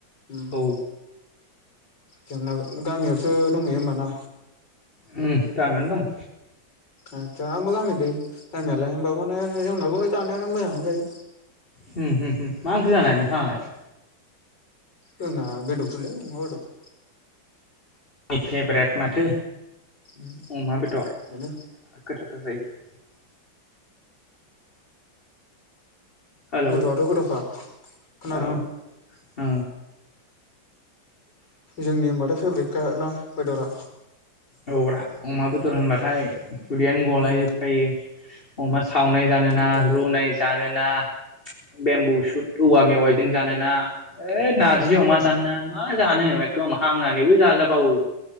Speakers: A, on the left; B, on the left.
A: ओम ओम
B: औ
A: जेंना गामियावसो दंहैयो होमबाना?
B: ओ गामियावनो दं।
A: आसा म जाम दै टाइमिलाय हबा माने जोंनाबो जानायानो मोजांङानो जायो।
B: होम होम मा ओंख्रि जानाय नोंथाङालाय?
A: जोंना बेदरसोलै अमा बेदर।
B: आंनि फेभरेट माथो
A: उम
B: व अमा बेथर
A: बेनो
B: गोथाव । <unintelligible> हेलौ
A: गथ आथ गथखा खोनादों
B: औ
A: आं।
B: औ
A: जोंनि होनबाथाय फेब्रेटखा ना बेदरा।
B: औ ब्रा अमा बेदर होनबाथाय खुदियानो गलाय
A: उम
B: जोबखायो अमा सावनाय जानोना
A: आदसा
B: रुनाय जानोना बेम्बु सुद औवा मेवाइजों जानोना ओइ नारजि अमा जानो ना मा जानो एखदम हांनानैबो जाजाबावो।